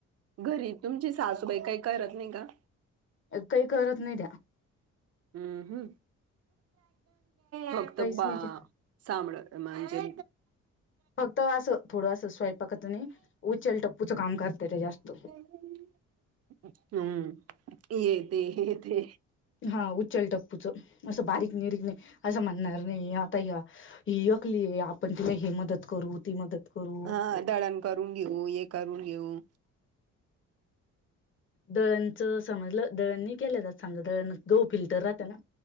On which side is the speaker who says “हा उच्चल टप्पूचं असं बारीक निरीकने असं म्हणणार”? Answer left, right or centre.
Left